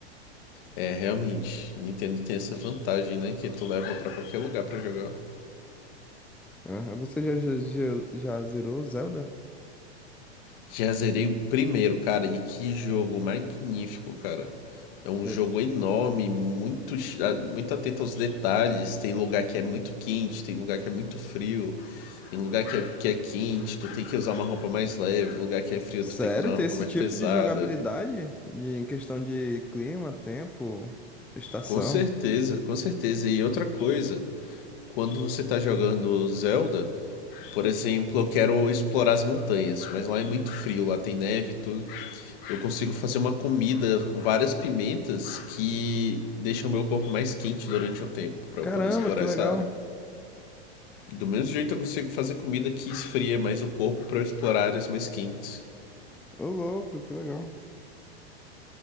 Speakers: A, on the left; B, in the centre.
A: É, realmente, Nintendo tem essa vantagem, né? Que tu leva pra qualquer lugar pra jogar.
B: Ah, você já, já, já já zerou Zelda?
A: Já zerei o primeiro, cara, e que jogo magnífico, cara. É um
B: É,
A: jogo enorme, muito, chi- ah, muito atento aos detalhes. Tem lugar que é muito quente, tem lugar que é muito frio, tem lugar que é, que é quente, tu tem que usar uma roupa mais leve, lugar que é frio,
B: sério,
A: tu tem que usar uma
B: ter
A: roupa
B: esse
A: mais
B: tipo
A: pesada.
B: de jogabilidade? E em questão de clima, tempo, estação?
A: Com certeza, com certeza. E outra coisa, quando você tá jogando Zelda, Por exemplo, eu quero explorar as montanhas, mas lá é muito frio, lá tem neve e tudo. Eu consigo fazer uma comida com várias pimentas que deixam o meu corpo mais quente durante o tempo para
B: Caramba,
A: eu poder explorar
B: que
A: essa
B: legal!
A: área. Do mesmo jeito eu consigo fazer comida que esfria mais o corpo para eu explorar áreas mais quentes.
B: Ô, louco, que legal.